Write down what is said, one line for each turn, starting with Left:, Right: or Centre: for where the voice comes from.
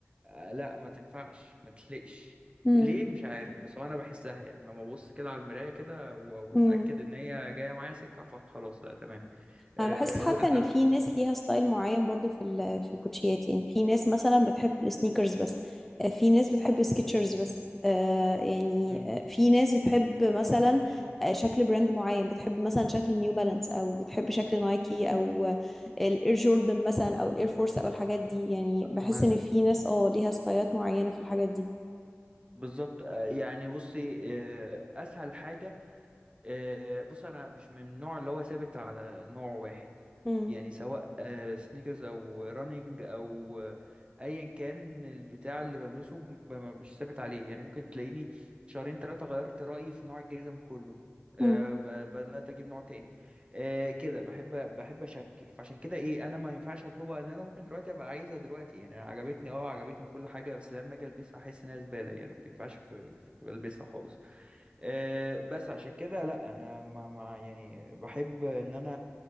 Right: آه لا ما تنفعش ما تليقش
Centre: امم
Right: ليه مش عارف بس هو انا بحسها يعني لما ابص كده على المرايه كده و- واتاكد
Centre: امم
Right: ان هي جايه معايا سكه فخلاص لا تمام آه
Centre: انا بحس حتى
Right: لا
Centre: ان في
Right: ما تنفع-
Centre: ناس ليها ستايل معين برضو في ال- في الكوتشيات يعني في ناس مثلا بتحب السنيكرز بس آه، في ناس بتحب سكيتشرز بس آه يعني
Right: مم،
Centre: آه، في ناس بتحب مثلا آه، شكل براند معين بتحب مثلا شكل نيو بالانس او بتحب شكل نايكي او آه، الاير جوردن مثلا او الاير فورس او الحاجات دي يعني بحس
Right: مثلا
Centre: ان في ناس اه ليها ستايلات معينه في الحاجات
Right: بالظبط آه يعني بصي آه اسهل حاجه آه، بص انا مش من النوع اللي هو ثابت على نوع واحد
Centre: دي
Right: يعني سواء آه، سنيكرز او رانينج او آه، ايا كان البتاع اللي بلبسه ب- م- مش ثابت عليه يعني ممكن تلاقيني شهرين ثلاثة غيرت رأيي في نوع الجزم كله آه،
Centre: مم.
Right: ب- بدأت اجيب نوع تاني آه، كده بحب بحب اشكل فعشان كده ايه انا ما ينفعش اطلبها ان انا ممكن دلوقتي ابقى عايزها دلوقتي يعني أنا عجبتني اه عجبتني وكل حاجة بس لما اجي البسها احس انها زبالة يعني ما تنفعش في في- البسها خالص آه، بس عشان كده لا انا مع مع يعني بحب ان انا